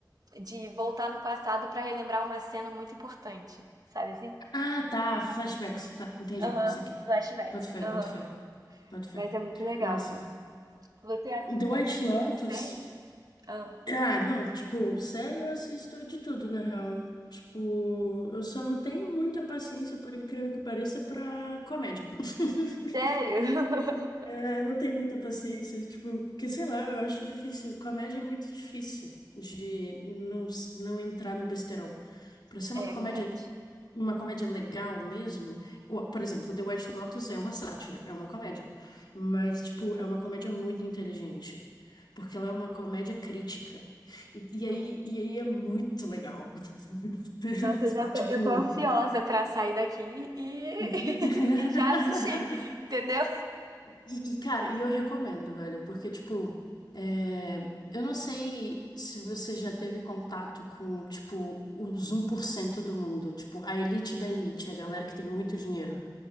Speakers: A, on the right (about 55°); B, on the left (about 70°).
A: de voltar no passado para relembrar uma cena muito importante, sabe assim?
B: Ah, tá, flashbacks, tá, entendi,
A: Aham,
B: isso aqui.
A: flashbacks.
B: Boto fé,
A: Aham.
B: boto fé, boto fé.
A: Mas é muito legal.
B: Massa.
A: Você assiste
B: The White
A: outro tipo
B: Lotus?
A: de série? Ah,
B: Ah, não, tipo, série eu assisto de tudo, na real. Tipo, eu só não tenho muita paciência, por incrível que pareça, pra comédia. <laughs>
A: Sério? <laughs>
B: É, não tenho muita paciência, tipo, porque sei lá, eu acho difícil. Comédia é muito difícil de não, s- não entrar no besterol. Pra ser
A: é
B: uma comédia
A: verdade.
B: uma comédia legal mesmo. o- Por exemplo, The White Lotus é uma sátira, é uma comédia. Mas, tipo, é uma comédia muito inteligente. Porque ela é uma comédia crítica. E, e aí,
A: Uhum.
B: e aí é muito legal. <laughs>
A: Nossa, eu já tô,
B: Tipo.
A: eu tô ansiosa pra sair daqui e,
B: <laughs>
A: <laughs> e já assistir, entendeu?
B: E, e, cara, e eu recomendo, velho, porque, tipo, é, eu não sei se você já teve contato com, tipo, os um por cento do mundo, tipo, a elite da elite, a galera que tem muito dinheiro.